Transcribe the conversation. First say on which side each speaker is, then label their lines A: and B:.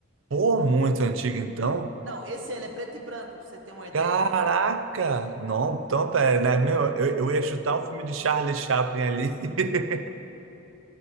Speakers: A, on the right (about 80°); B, on the right (about 70°).
A: Pô, muito antigo, então.
B: Não, esse ele é preto e branco, pra você ter uma ideia.
A: Caraca! Não, então, pera, né? Meu, eu, eu ia chutar um filme de Charlie Chaplin ali. <laughs>